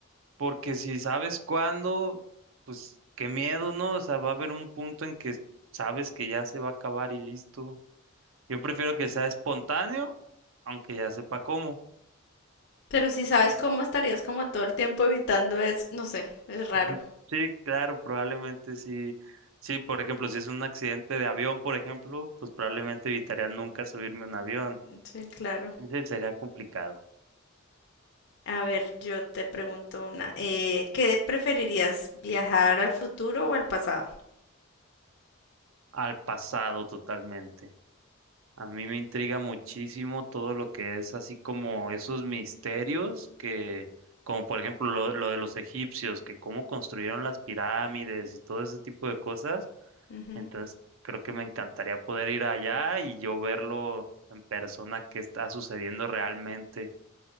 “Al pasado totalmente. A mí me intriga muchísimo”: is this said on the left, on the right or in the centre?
Right